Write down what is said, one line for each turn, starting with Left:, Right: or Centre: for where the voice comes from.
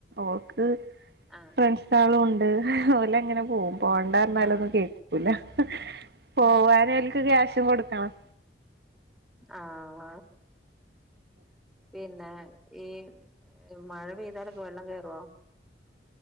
Right: ഓക്ക്
Centre: ആഹ്
Right: ഫ്രണ്ട്സ് സാളുണ്ട് ഓലങ്ങനെ പോകും പോണ്ടാ പറഞ്ഞാലൊന്നും
Centre: ആഹ്
Right: കേക്കൂ ക്കൂല പോവാനോൽക്ക് ക്യാഷും കൊടുക്കണം
Centre: ആഹ പിന്നെ ഈ മഴ പെയ്താലൊക്കെ വെള്ളം കേറോ